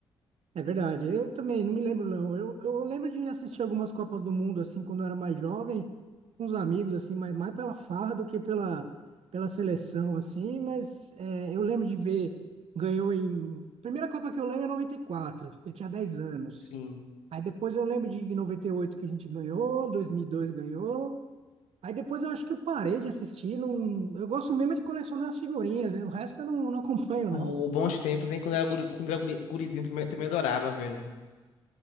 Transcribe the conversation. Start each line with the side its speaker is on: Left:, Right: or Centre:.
Right: É verdade, eu também não me lembro, não. Eu, eu lembro de assistir algumas Copas do Mundo, assim, quando eu era mais jovem, com os amigos, assim, mas mais pela farra do que pela, pela seleção, assim. Mas é, eu lembro de ver, ganhou em. A primeira Copa que eu lembro é 94, porque eu tinha dez anos.
Left: Sim.
Right: Aí depois eu lembro de 98 que a gente ganhou, 2002 ganhou. Aí depois eu acho que eu parei de assistir. Não... Eu gosto mesmo é de colecionar as figurinhas. O resto eu não, não acompanho,
Left: Pô,
Right: não.
Left: bons tempos, hein? Quando era, guri, quando era guri- gurizinho, também, também adorava, velho.